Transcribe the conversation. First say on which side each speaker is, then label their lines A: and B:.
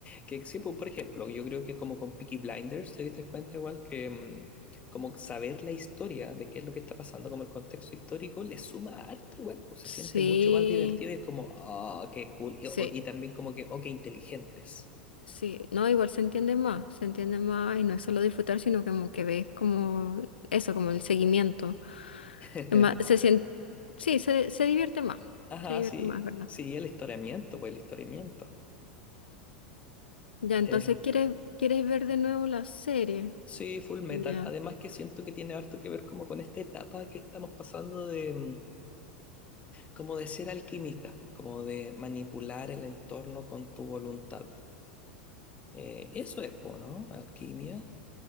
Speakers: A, on the left; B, on the left.
A: Que sí, pues, por ejemplo, yo creo que como con Peaky Blinders te diste cuenta igual que mm, como saber la historia de qué es lo que está pasando, como el contexto histórico, le suma harto igual, pues se
B: Sí,
A: siente mucho más divertido y es como, ah, qué cool. Y,
B: sí.
A: o- y también como que, oh, qué inteligentes.
B: Sí, no, igual se entiende más, se entiende más y no es solo disfrutar, sino como que ves como eso, como el seguimiento.
A: <laughs>
B: Es más, se sien- sí, se, se divierte más,
A: Ajá,
B: se divierte
A: sí,
B: más, ¿verdad?
A: sí, el historiamiento, pues el historiamiento.
B: Ya, entonces
A: Eh,
B: quieres, quieres ver de nuevo la serie.
A: sí, Full Metal.
B: Ya,
A: Además que siento que tiene harto que ver como con esta etapa que estamos pasando de... mm, como de ser alquimista, po, como de manipular el entorno con tu voluntad. Eh, eso es, po, ¿no? Alquimia.